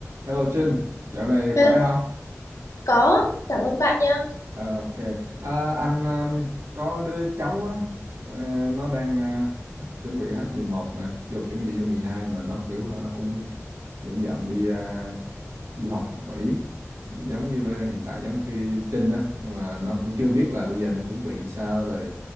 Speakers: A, on the right (about 65°); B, on the left (about 75°).
A: Hello Trinh, dạo này
B: Hello,
A: khỏe không?
B: Có, cảm ơn bạn nha.
A: Ờ, Ok, à, anh um, có đứa cháu á, ờ, nó đang à, chuẩn bị hết 11 nè, vô chuẩn bị vô 12 mà nó kiểu là nó cũng nguyện vọng đi à, du học Mỹ, giống như là hiện tại giống kia Trinh á, nhưng mà nó cũng chưa biết là bây giờ nó chuẩn bị sao rồi